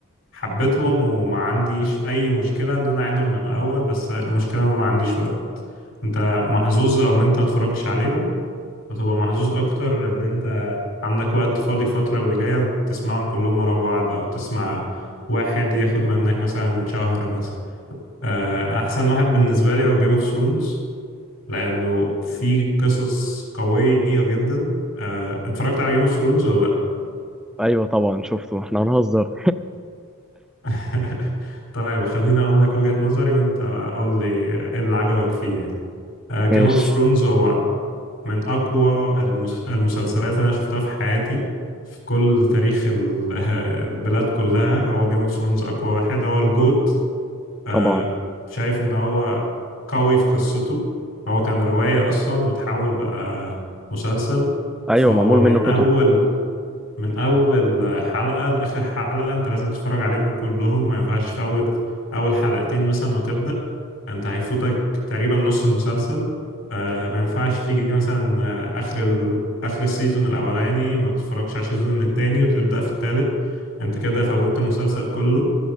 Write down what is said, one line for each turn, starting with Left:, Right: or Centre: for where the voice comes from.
Left: حبيتهم وما عنديش اي مشكلة ان انا اعيدهم من الاول بس المشكلة ما عنديش وقت انت محظوظ لو ما انت متفرجتش عليهم وتبقى محظوظ اكتر ان انت عندك وقت فاضي الفترة اللي جاية تسمعهم كلهم ورا بعض او تسمع واحد ياخد منك مثلا شهر مثلا آه، احسن واحد بالنسبة لي هو جيم اوف ثرونز لانه في قصص قوية جدا آه، اتفرجت على جيم اوف ثرونز ولا لا
Centre: ايوه طبعا شفته احنا هنهزر
Left: <laughs> طيب خليني اقول لك وجهة نظري وانت قول لي ايه اللي عجبك فيه يعني جيم
Centre: ماشي
Left: اوف ثرونز هو من أقوى المس... المسلسلات اللي أنا شفتها في حياتي في كل تاريخ ال... <laughs> البلاد كلها هو جيم اوف ثرونز أقوى واحد هو الجوت آه
Centre: طبعا
Left: شايف إن هو قوي في قصته هو كان رواية أصلا وتحول بقى مسلسل
Centre: ايوه
Left: فهو
Centre: معمول
Left: من
Centre: منه كتب
Left: أول من اول حلقة لاخر حلقة انت لازم تتفرج عليهم كلهم ما ينفعش تفوت اول حلقتين مثلا وتبدأ انت هيفوتك تقريبا نص المسلسل آه ما ينفعش تيجي مثلا آه، اخر ال... اخر السيزون الاولاني ما تتفرجش على السيزون التاني وتبدأ في التالت انت كده فوتت المسلسل كله